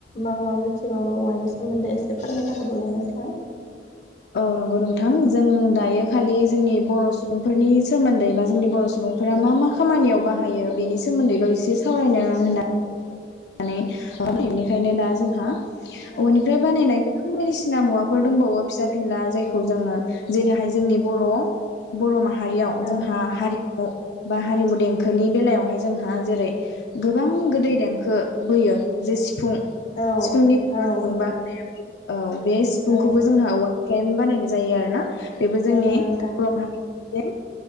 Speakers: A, on the left (about 40°); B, on the left (about 75°).
A: मा मा मिथिबावो औवानि सोमोन्दै एसे फोरमायना होबावलाय नोंथाङा
B: औ नंगौ नोंथां जों दायो इयो खालि
A: औ
B: जोंनि बर' सुबुं फोरनि सोमोन्दै बा जोंनि बर' सुबुंफोरा मा मा खामानियाव बाहायो बेनि सोमोन्दैल एसे सावरायनो होनना नानै बेनिखायनो दा जोंहा
A: औ
B: औवानिफ्रय बानायनाय गोब गोबां बायदिसिना मुवाफोर दंबावो फिसा फिनला जाय खौ जोंङो जेरै हाय जोंनि बर' बरमा हारियाव
A: औ
B: जोंहा हारि अ बा हारिमु देंखोनि बेलायावहाय जोंहा जेरै गोबां गोदै देंखो बोयो जे सिफुं
A: औ
B: सिफुंनि
A: औ
B: गुदुंबा औ बे सिफुं
A: औ
B: खौबो जोंहा औवा फ्राय नो बानायनाय जायो आरोना बेबो जोंनि
A: औ नोंथां
B: <unintelligible>